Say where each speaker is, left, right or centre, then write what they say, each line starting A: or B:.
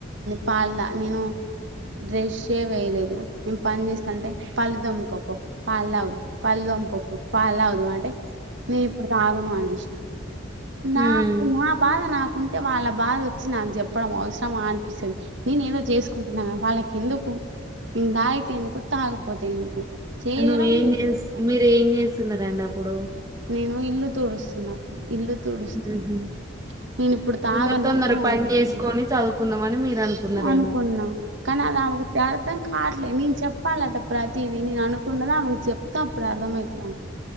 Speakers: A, on the right (about 70°); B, on the right (about 20°).
A: పాల నేను బ్రెష్ ఏ వేయలేదు నేను పని చేస్తా అంటే పళ్ళు దొమకో పో పాలు దాగు పాళ్లు దోముకో పో పాలు తగు. అంటే నే ఇప్పుడు తాగడు అనేసినా నాకు
B: ఉమ్
A: నా బాధ నాకుం అయితే వాళ్ళ బాధ వచ్చి నాకు చెప్పడం అవసరమా అనిపిస్తది. నేను ఏదో చేసుకుంటున్నాన వాళ్ళకి ఎందుకు నేను తాగితే ఎందుకు తాగకపోతే ఎందుకు. చేయడం
B: అనువ్వు ఏం
A: చేసేస్తా
B: జేస్ మీరు ఏం జేస్ తున్నారండి అప్పుడు
A: నేను ఇల్లు తుడుస్తున్నప్పుడు ఇల్లు తుడుస్తున్నా
B: ఉహ్ హ్
A: నేను ఇప్పుడు తాగను
B: తొందర తొందర
A: అని
B: పని
A: అనేసిన
B: చేసుకొని చదువుకుందామని మీరు అనుకున్నారేమో
A: అనుకున్నా కాని అది ఆమెకు <unintelligible> అర్థం కావట్లే నేను చెప్పాలట ప్రతీదీ నేను అనుకున్నది ఆమెకు చెప్తా అప్పుడు అర్ధమైతది ఆమెకు.